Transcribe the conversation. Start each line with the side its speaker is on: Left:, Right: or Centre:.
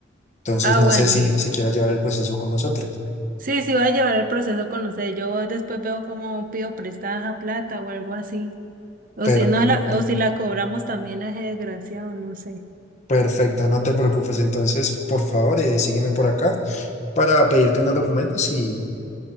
Left: Entonces,
Right: Ah,
Left: no
Right: bueno.
Left: sé si, si quieras llevar el proceso con nosotros.
Right: Sí, sí, voy a llevar el proceso con usted. Yo después veo cómo pido prestada plata o algo así. O
Left: Perfecto.
Right: si no la, o si la cobramos también es desgraciado, no sé.
Left: Perfecto, no te preocupes. Entonces, por favor, eh, sígueme por acá para pedirte unos documentos y